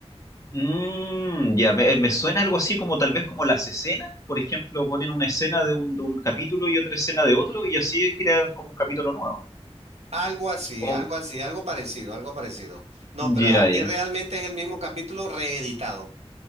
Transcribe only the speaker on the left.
Mm, ya, me, me suena algo así como tal vez como las escenas, por ejemplo, ponen una escena de un, de un capítulo y otra escena de otro y así crean como un capítulo nuevo.
O,
ya,
ya.